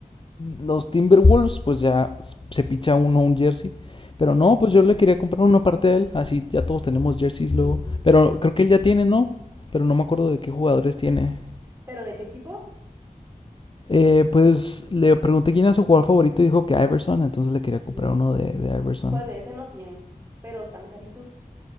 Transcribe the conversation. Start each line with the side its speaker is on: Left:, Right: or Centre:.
Left: los Timberwolves, pues ya se picha uno un jersey. Pero
Right: Ajá.
Left: no, pues yo le quería comprar uno aparte de él, así ya todos tenemos jerseys
Right: Mm,
Left: luego. Pero creo que él ya tiene, ¿no? Pero no me acuerdo de qué jugadores tiene.
Right: pero ¿de qué equipo?
Left: Eh, pues le pregunté quién era su jugador favorito y dijo que Iverson, entonces le quería comprar
Right: Sí.
Left: uno de, de Iverson.
Right: Pues de ese no tiene, pero están caritos.